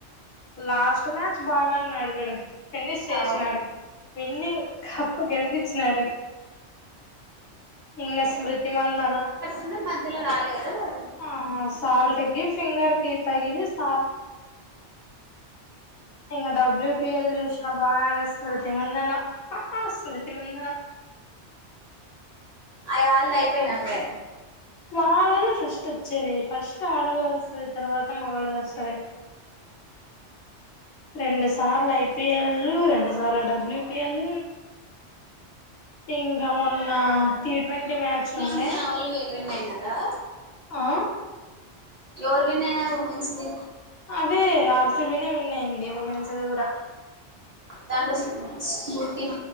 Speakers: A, on the left (about 60°); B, on the right (about 45°).
A: లాస్ట్ మ్యాచ్ బాగానే అడిగాడే ఫనిష్ చేసినాడు
B: అవు
A: విన్ని కప్పు గెలిపించినాడు ఇంద స్మృతి మందనా
B: అంటే మధ్యలో రాలే కదా వాడు
A: ఆ సాల్ట్ కి ఫింగర్ కి తగిలిస్ ఇంగ డబ్ల్యూపిఎల్ చూసినా బాగా స్మృతి మందన స్మృతి మందన
B: అయ్ రాల్డ్ అయిపోయినయ్ అప్పుడే
A: వాళ్ళదే ఫస్ట్ వచ్చేది ఫస్ట్ ఆడొళ్ళదొస్తది తర్వాత మగొళ్ళది వస్తది రెండు సార్లు ఐపిఎల్ రెండు సార్లు డబ్ల్యూపిఎల్ ఇంగ మొన్న టీ ట్వంటీ మ్యాచ్ ఉండే
B: నావోళ్ళు వేగ్ విన్ అయ్నారా
A: ఆ
B: ఎవరు విన్ అయ్యారు వుమెన్స్ ది
A: అదే ఆర్సిబీనే విన్ అయింది ఉమెన్స్ ది కూడా
B: దాంట్లో స్ స్మూత్